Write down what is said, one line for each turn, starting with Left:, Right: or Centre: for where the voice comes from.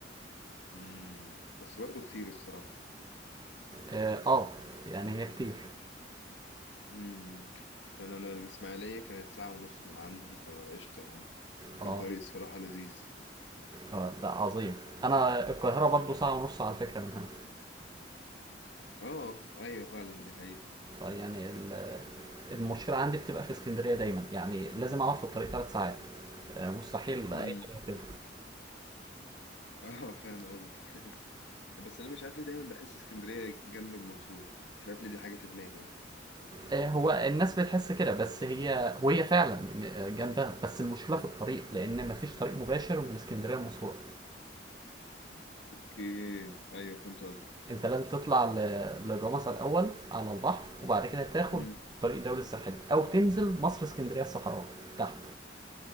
Left: امم بس برضه كتير الصراحة
Right: اه آه، يعني هي كتير
Left: امم يعني انا الاسماعيلية كانت ساعة ونص من عندي فقشطة يعني
Right: اه
Left: كان طريق الصراحة لذيذ
Right: اه ده عظيم انا القاهره برضو ساعه ونص على فكره من هنا
Left: اه ايوه فعلا دي حقيقة
Right: طيب يعني ال- المشكله عندي بتبقى في اسكندريه دايما يعني لازم اقعد في الطريق ثلاث ساعات آه، مستحيل
Left: امم
Right: اي حاجه كده
Left: اه فاهم قصدك بس انا مش عارف ليه دايما بحس اسكندريه جنب المنصوره مش عارف ليه دي حاجه في دماغي يعني
Right: آه، هو الناس بتحس كده بس هي وهي فعلا آه، جنبها بس المشكله في الطريق لان مفيش طريق مباشر من اسكندريه لمنصوره
Left: اوكي ايوه فهمت قصدي
Right: انت لازم تطلع ل- لجمصة الاول على البحر وبعد كده تاخد
Left: امم
Right: طريق الدولي الساحلي او تنزل مصر اسكندريه الصحراء تحت